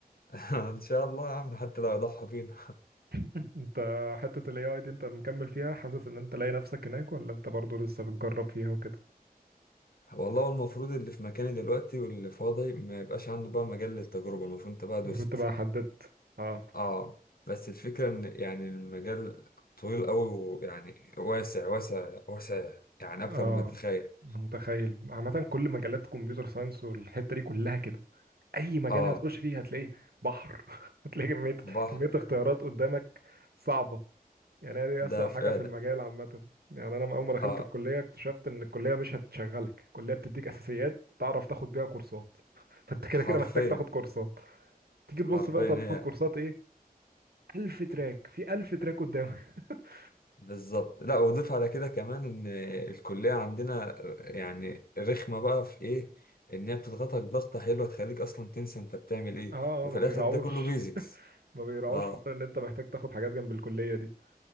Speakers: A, on the left; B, on the right.
A: <laughs> ان شاء الله يا عم حتى لو يضحى بينا
B: <laughs> انت حته الاي اي دي انت مكمل فيها حاسس ان انت لاقي نفسك هناك ولا انت برضو لسه بتجرب فيها وكده
A: والله هو المفروض اللي في مكاني دلوقتي واللي فاضي ما يبقاش عنده بقى مجال للتجربه المفروض انت بقى دوست
B: المفروض تبقى حددت اه
A: اه بس الفكره ان يعني المجال طويل قوي ويعني واسع واسع واسع يعني اكتر
B: اه
A: مما تتخيل
B: انا متخيل عامه كل مجالات كمبيوتر ساينس والحته دي كلها كده اي مجال
A: اه
B: هتخش فيه هتلاقي بحر <laughs> هتلاقي كميه
A: بحر
B: كميه اختيارات قدامك صعبه يعني هي دي
A: ده
B: اسوأ
A: فعلا
B: حاجه في المجال عامه يعني انا اول ما دخلت
A: اه
B: الكليه اكتشفت ان الكليه مش هتشغلك الكليه بتديك اساسيات تعرف تاخد بيها كورسات <laughs> فانت كده
A: حرفيا
B: كده محتاج تاخد كورسات تيجي تبص
A: حرفيا
B: بقى طب
A: هي
B: تاخد كورسات ايه ألف تراك في ألف تراك قدامك <laughs>
A: بالظبط لا واضيف على كده كمان ان الكليه عندنا يعني رخمه بقى في ايه ان هي بتضغطك ضغطه حلوه تخليك اصلا تنسى انت بتعمل ايه
B: اه
A: وفي
B: آه، ما بيراعوش
A: الاخر ده كله بيزكس
B: ما بيراعوش
A: اه
B: حوار ان انت محتاج تاخد حاجات جنب الكليه دي